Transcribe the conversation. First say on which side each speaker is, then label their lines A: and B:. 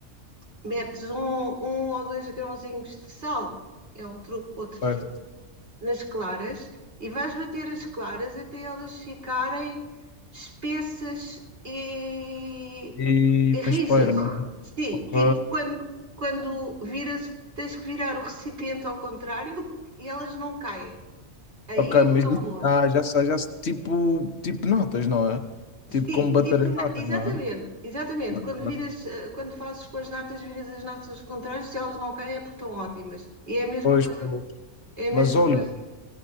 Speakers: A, on the right; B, on the left.
A: metes um, um ou dois grãozinhos de sal, é um truque, outro
B: Certo.
A: truque, nas claras, e vais bater as claras até elas ficarem espessas e
B: E...
A: Rijas.
B: Mas espera, mas...
A: Sim,
B: Ok.
A: tipo, quando, quando viras, tens que virar o recipiente ao contrário e elas não caem. Aí
B: Ok,
A: é
B: mas
A: que estão boas.
B: ah, já sei, já sei. Tipo, tipo notas, não é? Tipo
A: Sim,
B: como bater
A: tipo,
B: as notas,
A: na- exatamente,
B: não é?
A: exatamente.
B: Ok.
A: Quando viras, eh, quando fazes com as natas, viras as natas contrárias, se elas não caem é porque estão ótimas. E é a mesma
B: Pois,
A: coisa,
B: pois.
A: é a
B: Mas
A: mesma
B: olha.
A: coisa.